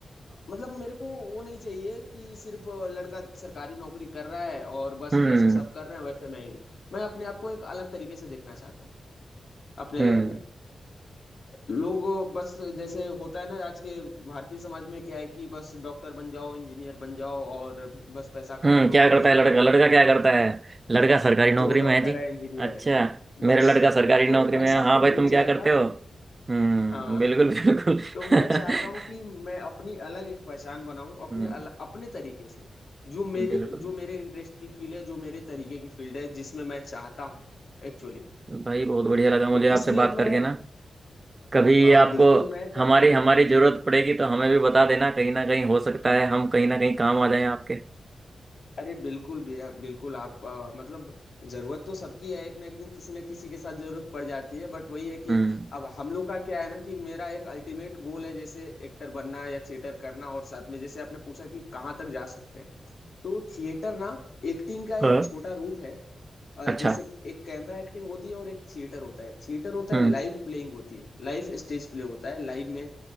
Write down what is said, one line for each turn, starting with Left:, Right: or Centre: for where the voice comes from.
Left: मतलब मेरे को वो नहीं चाहिए कि सिर्फ लड़का सरकारी नौकरी कर रहा है और बस
Right: हम्म
Left: जैसे सब कर रहे हैं वैसे मैं ही हूँ मैं अपने आप को एक अलग तरीके से देखना चाहता हूँ अपने
Right: हम्म
Left: लाइफ में लोग बस जैसे होता है ना आज के भारतीय समाज में क्या है कि बस डॉक्टर बन जाओ इंजीनियर बन जाओ और बस पैसा
Right: हम्म
Left: कमा
Right: क्या
Left: लो हो
Right: करता
Left: गया
Right: है लड़का
Left: काम
Right: लड़का
Left: खत्म
Right: क्या करता है लड़का सरकारी नौकरी
Left: तो
Right: में
Left: डॉक्टर
Right: है जी
Left: है इंजीनियर
Right: अच्छा
Left: है बस
Right: मेरा लड़का सरकारी
Left: तो
Right: नौकरी में
Left: ऐसा
Right: है हाँ
Left: मैं
Right: भाई
Left: नहीं
Right: तुम क्या
Left: चाहता
Right: करते हो हम्म
Left: हाँ
Right: बिल्कुल
Left: <laughs>
Right: बिल्कुल
Left: तो
Right: <laughs>
Left: मैं चाहता हूँ कि मैं अपनी अलग एक पहचान बनाऊं अपने
Right: हम्म
Left: अल, अपने तरीके से जो मेरे
Right: बिल्कुल
Left: जो मेरे इंटरेस्ट की फील्ड है जो मेरे तरीके की फील्ड है जिसमें मैं चाहता हूँ एक्चुअली में
Right: भाई बहुत बढ़िया लगा मुझे
Left: तो
Right: आपसे
Left: इसलिए
Right: बात करके
Left: मैं
Right: ना कभी
Left: हाँ
Right: आपको
Left: बिल्कुल मैं चाहता
Right: हमारी
Left: हूँ
Right: हमारी जरूरत पड़ेगी तो हमें भी बता देना कहीं ना कहीं हो सकता है हम कहीं ना कहीं काम आ जाएं आपके
Left: अरे बिल्कुल भैया बिल्कुल आप आ, मतलब जरूरत तो सबकी है एक ना एक दिन किसी ना किसी के साथ जरूरत पड़ जाती है बट वही है कि
Right: हम्म
Left: अब हम लोग का क्या है ना कि मेरा एक अल्टीमेट गोल है जैसे एक्टर बनना या थिएटर करना और साथ में जैसे आपने पूछा कि कहाँ तक जा सकते हैं तो थिएटर ना एक्टिंग का
Right: हाँ
Left: एक छोटा रूप है अ,
Right: अच्छा
Left: जैसे एक कैमरा एक्टिंग होती है और एक थिएटर होता है थिएटर होता
Right: हम्म
Left: है लाइव प्लेइंग होती है लाइव स्टेज प्ले होता है लाइव में